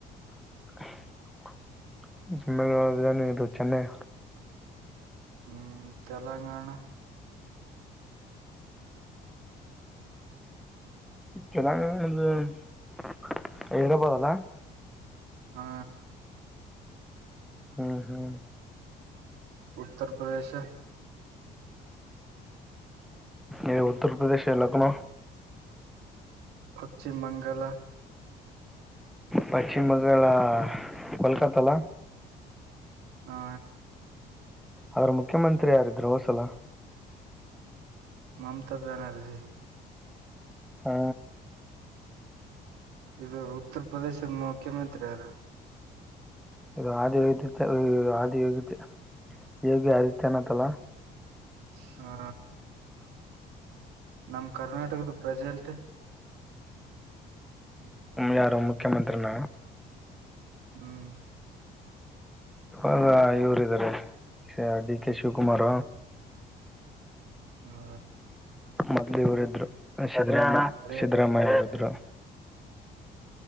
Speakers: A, in the centre; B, on the right (about 90°).
A: <unintelligible> ಇದ್ ಚೆನ್ನೈ
B: ಹ್ಮ್ ತೆಲಂಗಾಣ ಹಾ <inaudible>
A: ಚೆನ್ನಾಗ <unintelligible>
B: ಹಾ
A: ಹ್ಮ್ ಹ್ಮ್
B: ಉತ್ತರ್ ಪ್ರದೇಶ
A: ಇ ಉತ್ತರ್ ಪ್ರದೇಶ್ ಅಲ್ಲಕಣೊ
B: ಪಶ್ಚಿಮ ಬಂಗಾಳ
A: ಪಶ್ಚಿಮ ಬಂಗಾಳ ಕಲ್ಕತ್ತಲ್ಲ
B: ಹಾ
A: ಆದ್ರ ಮುಖ್ಯಮಂತ್ರಿ ಯಾರಿದ್ರರು ಹೋದ್ಸಲ
B: ಮಮತಾ ಬ್ಯಾನರ್ಜಿ
A: ಹ್ಮ
B: ಇದು ಉತ್ತರ ಪ್ರದೇಶದ ಮುಖ್ಯಮಂತ್ರಿ ಅವ್ರ
A: ಇ ಆದಿ ವ ಆದಿ ಯೋಗಿ ಯೋಗಿ ಆದಿತ್ಯ ಅನಾತ್ತಲ್ಲ
B: ಹಾ ನಮ ಕರ್ನಾಟಕದ ಪ್ರೆಸೆಂಟ್
A: ಯಾರು ಮುಖ್ಯಮಂತ್ರಿನ
B: ಹ್ಮ್
A: ಇಾಗ ಇವರಾರೆ ಡಿ ಕೆ ಶಿವಕುಮಾರ
B: ಹಾ
A: ಮೊದ್ಲಿವರ ಇದ್ರು ಸಾಮ್ಯ
B: ಹರಿ
A: ಸಿದ್ದರಾಮಯ್ಯ ಅವರ ಇದ್ರು